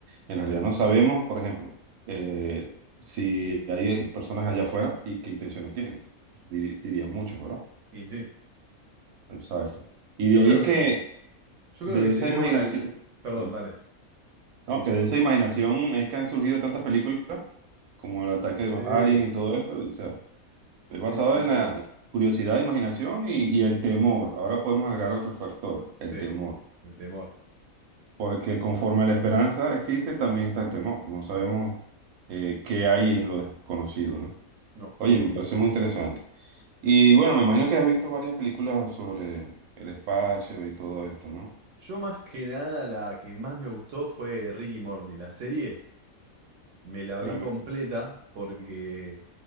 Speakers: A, on the right (about 80°); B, on the right (about 65°).
A: en realidad no sabemos, por ejemplo, eh, si hay personas allá afuera y qué intenciones tienen. Di- dirían muchos, ¿verdad?
B: Y sí.
A: Exacto. Y
B: Yo
A: de ahí
B: creo
A: es
B: que,
A: que
B: yo
A: De
B: creo que si
A: esa
B: veo
A: imaginación,
B: una... l- Perdón,
A: sí.
B: dale. Sí,
A: No, que
B: sí.
A: de esa imaginación es que han surgido tantas películas como El ataque de
B: Sí,
A: los aliens y todo esto. O sea, es basado
B: sí, sin
A: en
B: duda.
A: la curiosidad, imaginación y, y el temor. Ahora podemos agregar otro factor, el
B: Sí,
A: temor.
B: el temor.
A: Porque conforme la esperanza existe, también está el temor. No sabemos eh, qué hay en lo desconocido, ¿no?
B: No.
A: Oye, me parece muy interesante. Y bueno, me imagino que has visto varias películas sobre el espacio y todo esto, ¿no?
B: Yo más que nada la que más me gustó fue Ricky Morty, la serie. Me la
A: Tremendo.
B: vi completa porque